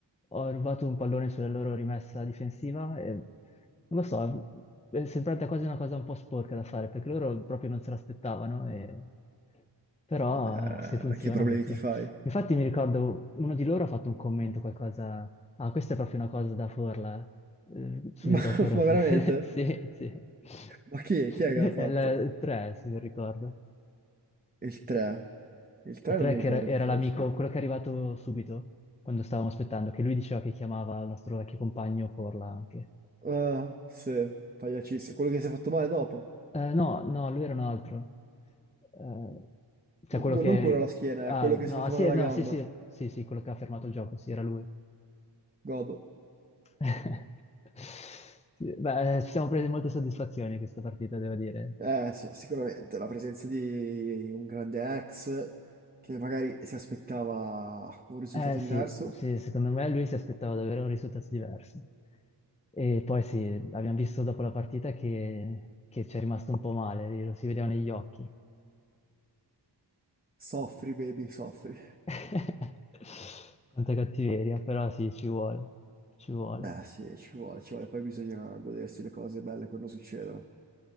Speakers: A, on the left (about 15°); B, on the right (about 20°).
A: ho rubato un pallone sulla loro rimessa difensiva e non lo so, è sembrata quasi una cosa un po' sporca da fare perché loro proprio non se l'aspettavano, e- però
B: Vabbè,
A: se funziona,
B: eh, che problemi
A: funziona.
B: ti fai?
A: Infatti mi ricordo uno di loro ha fatto un commento, qualcosa, ah, questa è proprio una cosa da Forla, eh,
B: <laughs>
A: subito
B: Ma,
A: dopo Corona.
B: ma veramente?
A: <laughs> Sì, sì.
B: Ma chi, è
A: <laughs>
B: chi
A: È
B: è che l'ha fatto?
A: il 3, se non ricordo.
B: Il 3. Il 3
A: Il track
B: non mi ricordo
A: era, era
B: chi fosse.
A: l'amico, quello che è arrivato subito, quando stavamo aspettando, che lui diceva che chiamava il nostro vecchio compagno Forla anche.
B: Ah, sì, pagliacissimo. Quello che si è fatto male dopo.
A: Eh, no, no, lui era un altro. Eh, cioè
B: No-
A: quello
B: no,
A: che...
B: non quello alla schiena,
A: Ah,
B: è quello
A: no,
B: che si è fatto
A: ah, sì,
B: male
A: eh,
B: alla
A: no,
B: gamba.
A: sì, sì, sì, sì, quello che ha fermato il gioco, sì, era lui.
B: God.
A: <laughs> Sì, beh, eh, ci siamo presi molte soddisfazioni questa partita, devo dire.
B: Eh sì, sicuramente la presenza di un grande ex che magari si aspettava un risultato
A: Eh sì,
B: diverso.
A: sì, secondo me lui si aspettava davvero un risultato diverso. E poi sì, abbiamo visto dopo la partita che, che ci è rimasto un po' male, lo si vedeva negli occhi.
B: Soffri, baby, soffri.
A: <laughs> Quanta cattiveria, però sì, ci vuole, ci vuole.
B: Eh sì, ci vuole, ci vuole. Poi bisogna godersi le cose belle quando succedono.